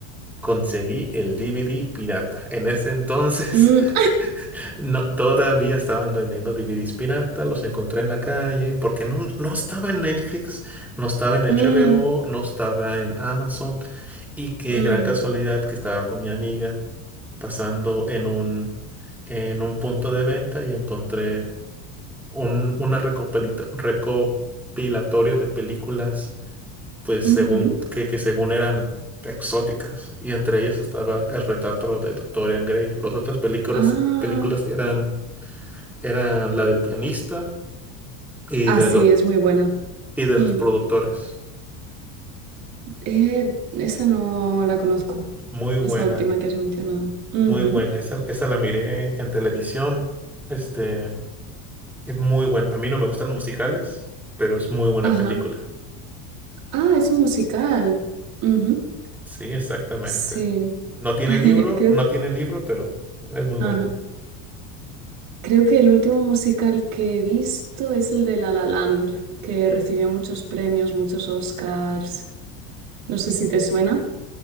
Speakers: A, in the centre; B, on the right.
A: conseguí el DVD pirata. En ese entonces,
B: Mm,
A: <laughs> no, todavía estaban vendiendo DVDs pirata, los encontré en la calle, porque no, no estaba en Netflix, no estaba en HBO,
B: <laughs> mm,
A: no estaba en Amazon. Y qué
B: mm,
A: gran casualidad que estaba con mi amiga pasando en un, en un punto de venta y encontré un una recopilita- recopilatorio de películas, pues
B: ujú.
A: según que, que según eran exóticas. Y entre ellas estaba el retrato de Dorian Gray. Las otras películas,
B: Ah,
A: películas eran, eran la del pianista y
B: ah,
A: de,
B: sí,
A: lo-
B: es muy buena.
A: y de
B: Mm.
A: los productores.
B: Eh, esa no la conozco,
A: Muy buena,
B: esa última que has mencionado. Ujú.
A: muy buena. Esa, esa la miré en televisión. Este. Es muy bueno. A mí no me gustan los musicales, pero es muy buena
B: Ajá.
A: película.
B: Ah, es un musical. Ujú.
A: Sí, exactamente.
B: Sí.
A: No tiene
B: <laughs>
A: libro,
B: Creo,
A: no tiene libro, pero es muy
B: ajá.
A: bueno.
B: Creo que el último musical que he visto es el de La La Land, que recibió muchos premios, muchos Oscars. No sé si te suena.